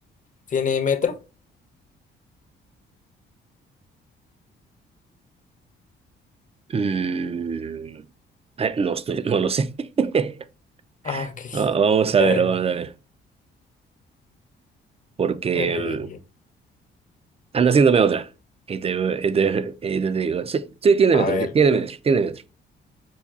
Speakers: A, on the left; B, on the right.
A: tiene metro.
B: Mm, eh, no estoy, no lo sé. <laughs>
A: Ah, ok.
B: Va- Vamos a
A: <laughs>
B: ver, vamos a ver. Porque
A: Eh,
B: mm, anda haciéndome otra. Y te, y te- y te digo, sí, sí, tiene
A: a
B: metro,
A: ver.
B: ti- tiene metro, tiene metro.